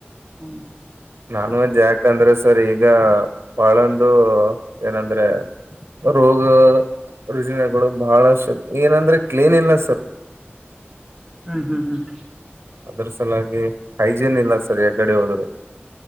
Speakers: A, in the centre; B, on the right.
A: ಹ್ಮ
B: ನಾನ್ ವೆಜ್ ಯಾಕ್ ಅಂದ್ರೆ ಸರ್ ಈಗ ಬಳೊಂದು ಏನಂದ್ರೆ ರೋಗ ರೂಜನೆಗಳು ಬಹಳಷ್ಟು ಏನಂದ್ರೆ ಕ್ಲೀನ್ ಇಲ್ಲ ಸರ್
A: ಹ್ಮ್ ಹ್ಮ್ ಹ್ಮ್
B: ಅದ್ರೂ ಸಲುವಾಗಿ ಹೈಜಿನ್ ಇಲ್ಲ ಸರ್ ಯಾಕಡಿ ಹೋದರು